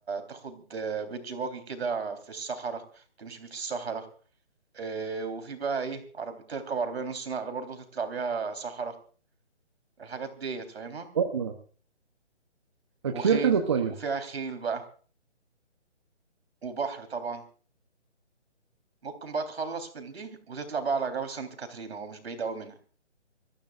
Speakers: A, on the right; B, on the right.
A: تاخد بيتش باجي كده في الصحراء تمشي بيه في الصحراء آه، وفي بقى ايه عربي تركب عربية نص نقل برضه تطلع بيها صحراء الحاجات ديت فاهمها
B: والله كثير
A: وخيل
B: حلو طيب
A: وفيها خيل بقى وبحر طبعا ممكن بقى تخلص من دي وتطلع بقى على جبل سانت كاترينا هو مش بعيد قوي منها